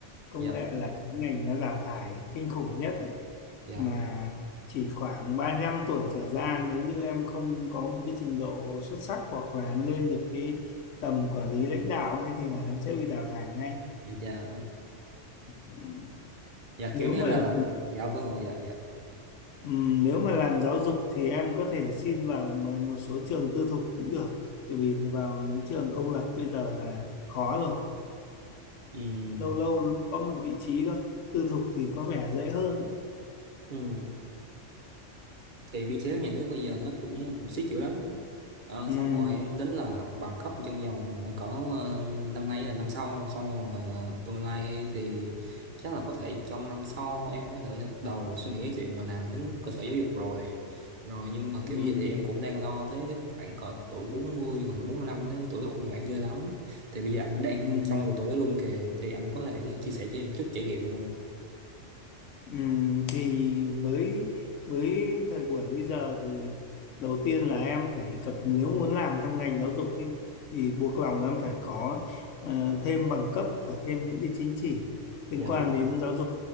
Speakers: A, on the left; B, on the right.
A: công
B: dạ
A: nghệ là cái ngành nó đào thải kinh khủng nhất ấy
B: dạ
A: mà chỉ khoảng 35 tuổi trở ra nếu như em không có một cái trình độ xuất sắc hoặc là em lên được cái tầm quản lý lãnh đạo ấy thì là em sẽ bị đào thải ngay
B: dạ
A: Ừm,
B: dạ
A: nếu
B: kiểu như
A: mà
B: là dạ vâng rồi, dạ dạ
A: ừm, nếu mà làm giáo dục thì em có thể xin vào m- một số trường tư thục cũng được tại vì vào mấy trường công lập bây giờ là khó rồi
B: Ừm,
A: lâu lâu nó mới có một vị trí thôi tư thục thì có vẻ dễ hơn đấy
B: ừm. thì biên chế nhà nước bây giờ nó cũng cũng siết dữ lắm Ờ,
A: Ừm,
B: xong rồi em tính là học bằng cấp trong vòng khoảng cỡ ờ, năm nay là năm sau xong rồi ờ, tương lai thì chắc là có thể trong năm sau em có thể là bắt đầu suy nghĩ cái chuyện mà làm đến cơ sở giáo dục rồi rồi nhưng mà kiểu
A: ừm,
B: gì thì em cũng đang lo tới cái khoảng cỡ tuổi 40 hoặc là bốn lăm nếu tuổi đó khủng hoảng ghê lắm thì bây giờ anh đang
A: ừm.
B: trong độ tuổi đó luôn kìa thì anh có thể chia sẻ cho em chút trải nghiệm được không?
A: Ừm, thì với với thời buổi bây giờ thì đầu tiên là em phải cập nếu muốn làm trong ngành giáo dục ý, thì buộc lòng em phải có ờ, thêm bằng cấp và thêm những cái chính chỉ liên
B: Dạ
A: quan
B: đúng rồi.
A: đến giáo dục